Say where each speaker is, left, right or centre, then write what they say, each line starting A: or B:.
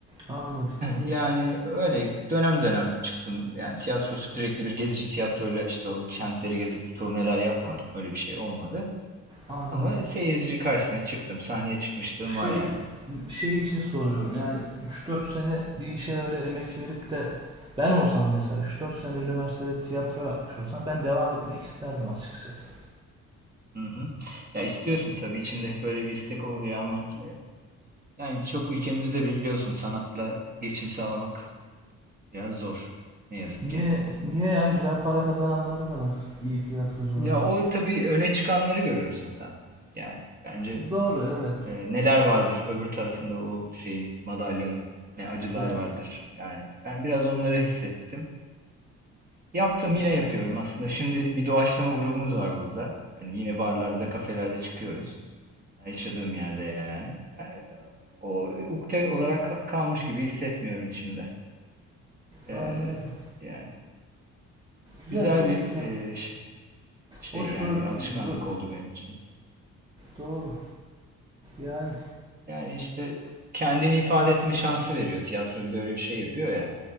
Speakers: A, on the right (about 15°); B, on the right (about 30°).
A: Anladım.
B: Yani öyle dönem dönem çıktım. Yani tiyatro sürekli bir gezici tiyatroyla işte o kentleri gezip turneler yapmadım. Öyle bir şey olmadı.
A: Anladım.
B: Ama seyirci karşısına çıktım. Sahneye çıkmışlığım var
A: şey
B: yani.
A: şey için soruyorum. Yani üç dört sene bir işe öyle emek verip de ben olsam mesela üç dört sene üniversitede tiyatro yapmış olsam ben devam etmek isterdim açıkçası.
B: Hı hı. Ya istiyorsun tabii içinde hep öyle bir istek oluyor ama e, yani çok ülkemizde biliyorsun sanatla geçim sağlamak biraz zor. Ne yazık
A: Niye
B: ki.
A: niye ya güzel para kazananları da var iyi tiyatrocularda.
B: Ya o tabii öne çıkanları görüyorsun sen. Yani bence
A: Doğru evet.
B: Ee, neler vardır öbür tarafında bu şeyin madalyonun? Ne acılar
A: E,
B: vardır yani. Ben biraz onları hissettim. Yaptım
A: iş
B: yine yapıyorum aslında. Şimdi bir doğaçlama grubumuz var burada. Yani yine barlarda, kafelerde çıkıyoruz. Yaşadığım yerde yani. Yani o ukde olarak ka- kalmış gibi hissetmiyorum içimde. Ee,
A: anladım.
B: yani
A: Güzel
B: güzel
A: çok
B: bir
A: güzel.
B: e, şey, şey
A: Hoş
B: yani
A: böyle
B: alışkanlık
A: bö-
B: oldu benim için.
A: doğru. Yani
B: Yani işte kendini ifade etme şansı veriyor. Tiyatro bir de öyle bir şey yapıyor ya.